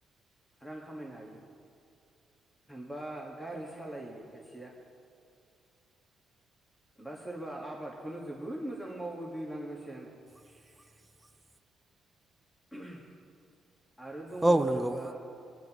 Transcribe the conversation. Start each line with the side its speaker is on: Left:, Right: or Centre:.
Left: रां खामायनो हायो। बा गारि सालायो खायसेया बा सोरबा आबादखौनो जोबोद मोजां मावो दैलां मेसें
Centre: <inaudible>
Left: <unintelligible> आरो दङ
Centre: औ नंगौ
Left: सोरबा